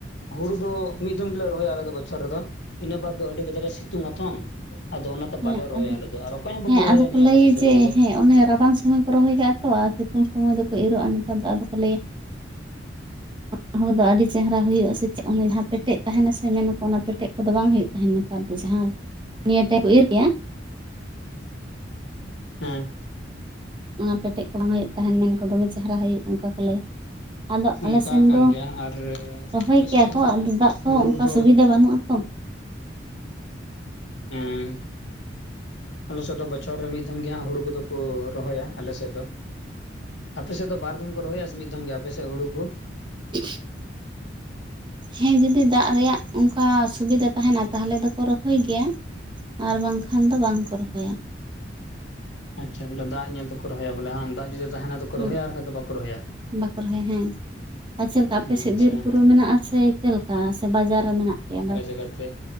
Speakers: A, on the left; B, on the right.
A: ᱦᱩᱲᱩ ᱫᱚ ᱢᱤᱫ ᱫᱚᱢ ᱜᱮᱞᱮ ᱨᱚᱦᱚᱭᱟ ᱟᱞᱮ ᱵᱚᱪᱷᱚᱨ ᱨᱮᱫᱚ ᱤᱱᱟᱹ ᱵᱟᱫ ᱫᱚ ᱟᱹᱰᱤ ᱠᱟᱡᱟᱠᱮ ᱥᱤᱛᱩᱝ ᱟᱛᱚ ᱟᱫᱚ ᱚᱱᱟᱛᱮ
B: ᱦᱮᱸ
A: ᱵᱟᱞᱮ ᱨᱚᱦᱚᱭᱟ
B: ᱟᱫᱚ
A: ᱟᱞᱮᱫᱚ ᱟᱨ ᱚᱠᱚᱭ ᱦᱚᱸ ᱵᱟᱠᱚ
B: ᱦᱮᱸ
A: ᱨᱚᱦᱚᱭᱟ
B: ᱟᱫᱚ ᱠᱚ
A: ᱱᱤᱭᱟᱹ
B: ᱞᱟᱹᱭᱟ
A: ᱟᱰᱮ ᱯᱚᱭᱥᱟ
B: ᱡᱮ
A: ᱫᱚ ᱵᱚᱞᱮ
B: ᱦᱮᱸ ᱚᱱᱮ ᱨᱟᱵᱟᱝ ᱥᱚᱢᱚᱭ ᱨᱚᱦᱚᱭ ᱠᱟᱜᱼᱟ ᱛᱚ ᱟᱨ ᱥᱤᱛᱩᱝ ᱥᱚᱢᱚᱭ ᱫᱚᱠᱚ ᱤᱨᱚᱜᱼᱟ ᱱᱮᱛᱟᱨ ᱫᱚ ᱟᱫᱚ ᱠᱚ ᱞᱟᱹᱭᱟ <inaudible> ᱦᱚᱲ ᱫᱚ ᱟᱹᱰᱤ ᱪᱮᱦᱨᱟ ᱦᱩᱭᱩᱜᱼᱟ ᱥᱮ ᱪᱮᱫ ᱚᱱᱮ ᱡᱟᱦᱟᱸ ᱯᱮᱴᱮᱫ ᱛᱟᱦᱮᱱᱟ ᱥᱮ ᱢᱮᱱᱟᱠᱚ ᱚᱱᱟ ᱯᱮᱴᱮᱡ ᱠᱚᱫᱚ ᱵᱟᱝ ᱦᱩᱭᱩᱜ ᱛᱟᱦᱮᱱᱟ᱾ ᱡᱟᱦᱟᱸ ᱱᱤᱭᱟᱹ ᱴᱟᱭᱤᱢ ᱠᱚ ᱤᱨ ᱠᱮᱜᱼᱟ᱾
A: ᱦᱮᱸ
B: ᱚᱱᱟ ᱯᱮᱴᱮᱫ ᱠᱚ ᱫᱚᱦᱚᱭ ᱮᱫ ᱛᱟᱦᱮᱱ ᱢᱮᱱ ᱟᱠᱚ ᱫᱚᱢᱮ ᱪᱮᱦᱨᱟ ᱦᱩᱭᱩᱜᱼᱟ ᱚᱱᱠᱟ ᱠᱚ ᱞᱟᱹᱭᱟ᱾ ᱟᱫᱚ
A: ᱚᱱᱠᱟ
B: ᱟᱞᱮ ᱥᱮᱱ
A: ᱠᱟᱱ
B: ᱫᱚ
A: ᱜᱮᱭᱟ ᱟᱨ
B: ᱨᱚᱦᱚᱭ
A: ᱟᱞᱮ
B: ᱠᱮᱭᱟ
A: ᱥᱮᱫ ᱫᱚ
B: ᱠᱚ
A: ᱚᱱᱟ
B: ᱟᱫᱚ ᱫᱟᱜ ᱠᱚ
A: ᱦᱩᱲᱩ
B: ᱚᱱᱠᱟ
A: ᱫᱚ
B: ᱥᱩᱵᱤᱫᱟ ᱵᱟᱹᱱᱩᱜ ᱟ ᱛᱚ᱾
A: ᱦᱮᱸ ᱟᱞᱮᱥᱮᱫ ᱫᱚ ᱵᱚᱪᱷᱚᱨ ᱨᱮ ᱢᱤᱫ ᱫᱷᱢ ᱜᱮᱦᱟᱸᱜ ᱦᱩᱲᱩ ᱠᱚᱫᱚ ᱠᱚ ᱨᱚᱦᱚᱭᱟ ᱟᱞᱮᱥᱮᱫ ᱫᱚ᱾ ᱟᱯᱮᱥᱮᱫ ᱫᱚ ᱵᱟᱨ ᱫᱷᱚᱢ ᱠᱚ ᱨᱚᱦᱚᱭᱟ ᱥᱮ ᱢᱤᱫ ᱫᱷᱚᱢ ᱜᱮ ᱟᱯᱮᱥ ᱥᱮᱫ ᱦᱳᱲᱳ ᱠᱚ?
B: ᱦᱮᱸ <unintelligible> ᱦᱮᱸ ᱡᱩᱫᱤ ᱫᱟᱜ ᱨᱮᱭᱟᱜ ᱚᱱᱠᱟ ᱥᱩᱵᱤᱫᱷᱟ ᱛᱟᱦᱮᱱᱟ ᱛᱟᱦᱚᱞᱮ ᱫᱚᱠᱚ ᱨᱚᱦᱚᱭ ᱜᱮᱭᱟ᱾ ᱟᱨ ᱵᱟᱝᱠᱷᱟᱱ ᱫᱚ ᱵᱟᱝᱠᱚ ᱨᱚᱦᱚᱭᱟ
A: ᱟᱪᱷᱟ ᱵᱚᱞᱮ ᱫᱟᱜ ᱧᱮᱞ ᱛᱮᱠᱚ ᱨᱚᱦᱚᱭᱟ ᱵᱚᱞᱮ ᱵᱟᱝ ᱫᱟᱜ ᱡᱩᱫᱤ ᱛᱟᱦᱮᱱᱟ ᱛᱚᱵᱮ
B: ᱦᱮᱸ
A: ᱠᱚ ᱨᱚᱦᱚᱭᱟ ᱟᱨ ᱵᱟᱷᱟᱟᱱ ᱫᱚ ᱵᱟᱠᱚ ᱨᱚᱦᱚᱭᱟ
B: ᱵᱟᱠᱚ ᱨᱚᱦᱚᱭᱟ ᱦᱮᱸ ᱟᱨ ᱪᱮᱫ ᱞᱮᱠᱟ
A: ᱟᱪᱪᱷᱟ
B: ᱟᱯᱮ ᱥᱮᱫ ᱵᱤᱨ ᱵᱩᱨᱩ ᱢᱮᱱᱟᱜᱼᱟ ᱥᱮ ᱪᱮᱫ ᱞᱮᱠᱟ ᱥᱮ ᱵᱟᱡᱟᱨ ᱨᱮ ᱢᱮᱱᱟᱜ ᱯᱮᱭᱟ
A: ᱞᱮᱠᱟᱛᱮ